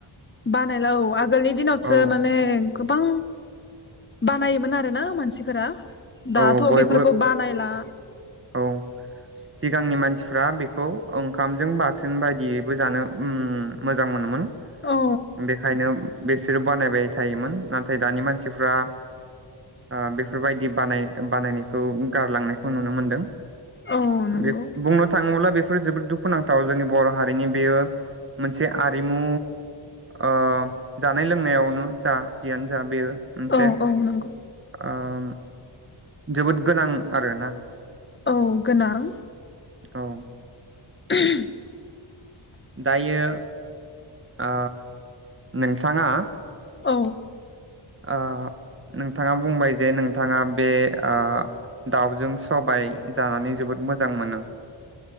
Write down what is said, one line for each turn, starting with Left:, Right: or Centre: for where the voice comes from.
Left: बानायला औ आगोलनि दिनावसो
Right: औ
Left: माने गोबां बा नायोमोन आरो ना मानसिफोरा। दाथ'
Right: औ बयबो
Left: बेफोरखौ बानायला।
Right: औ सिगांनि मान मानसिफ्रा बेखौ ओंखामजों बाथोन बायदियैबो जानो उम मोजां मोनोमोन।
Left: औ
Right: बेखायनो बेसोरो बानायबाय थायोमोन। नाथाय दानि मानसिफ्रा आ बेफोरबायदि बानाय बानायनायखौ गारलांनायखौ नुनो मोनदों।
Left: औ नंगौ
Right: बि-बुंनो थाङोब्ला बे फोर जोबोद दुखुनांथाव जोंनि बर' हारिनि बेयो मोनसे आरिमु ओ जानाय लोंनायावनो जा जिया जा बेयो मोनसे
Left: औ औ नंगौ
Right: उम जोबोद गोनां आरोना।
Left: औ गोनां।
Right: औ
Left: <unintelligible>
Right: दायो आ नोंथाङा
Left: औ
Right: ओ नोंथाङा बुंबाय जे नोंथाङा बे आ दाउजों सबाय जानानै जोबोद मोजां मोनो